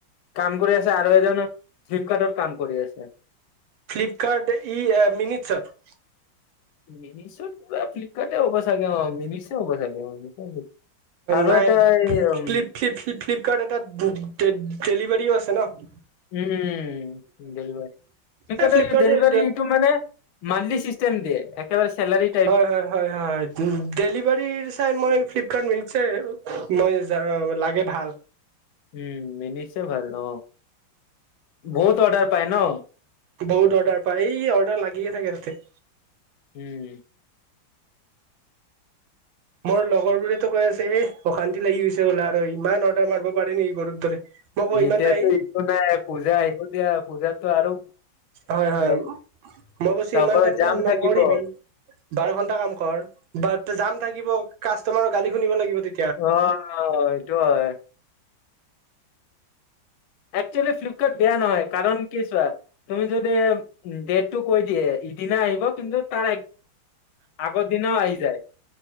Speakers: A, on the left; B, on the right.
A: কাম কৰি আছে আৰু এজন ফ্লিপকাৰ্টত কাম কৰি আছে।
B: ফ্লিপকাৰ্ট ই এ মিনিটচত।
A: মিনিছত পুৰা ফ্লিপকাৰ্টে হ'ব চাগে অ, মিনিচে হ'ব চাগে অ' আৰু
B: নাই,
A: এটা এই উম
B: প্লিপ-ফ্লিপ-ফ্লিপ-ফ্লিপ কাৰত এটা ডেত-ডেত-ডেলিভাৰীও আছে ন?
A: উম', ডেলিভাৰী, সেইকাৰণে
B: এই ফ্লিপকাৰ্টৰ
A: ডেলিভাৰী এইটো মানে মান্থলি চিষ্টেম দিয়ে, একেবাৰে চেলাৰি
B: হয়, হয়। হয়', হয়, ডেলিভাৰী চাই মই ফ্লিপকাৰ্ট মিনিচে মই যা লাগে ভাল।
A: উম', মিনিটছয়ে ভাল অ, বহুত অৰ্ডাৰ পায় ন?
B: বহুত অৰ্ডাৰ পায়, এই অৰ্ডাৰ লাগিয়ে থাকে তাতে
A: উম। <unintelligible>
B: মোৰ লগৰ বোৰেতো কৈ আছে এ অশান্তি লাগি গৈছে বোলা আৰু ইমান অৰ্ডাৰ মাৰিব পাৰি নেকি গৰুৰ দৰে। মই কওঁ
A: এতিয়া
B: ইমান টাই
A: টো একো নাই পূজা আহিব দিয়া পূজাতো আৰু
B: হয় হয়
A: যাব।
B: মই কৈছো
A: তাৰ
B: ইমান
A: পৰা
B: টাইম
A: জাম
B: কাম
A: থাকিব
B: নকৰিবি।
A: অ
B: বাৰ ঘন্টা কাম কৰ বা জাম থাকিব কাষ্টমাৰৰ গালি শুনিব লাগিব তে
A: অ', সেইটো হয় একচুৱেলি ফ্লিপকাৰ্ট বেয়া নহয়, কাৰণ কিয় ছোৱা তুমি যদি ডেট টো কৈ দিয়ে, ইদিনা আহিব কিন্তু তাৰ আগ-আগৰ দিনাও আহি যায়।